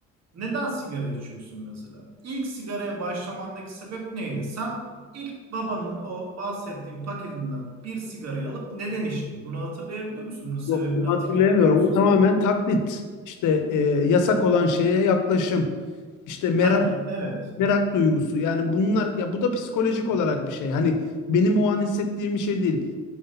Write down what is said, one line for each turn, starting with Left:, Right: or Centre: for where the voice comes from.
Right: Neden sigara içiyorsun mesela? İlk sigaraya başlamandaki sebep neydi? Sen ilk babanın o bahsettiğin paketinden bir sigarayı alıp neden içtin? Bunu hatırlayabiliyor musun? Bunun sebebini
Left: Yok bunu
Right: hatırlayabiliyor
Left: hatırlayamıyorum.
Right: musun?
Left: O tamamen taklit. İşte e, yasak olan şeye yaklaşım. İşte merak
Right: Taklit, evet.
Left: merak duygusu. Yani bunlar ya bu da psikolojik olarak bir şey. Hani benim o an hissettiğim bir şey değil.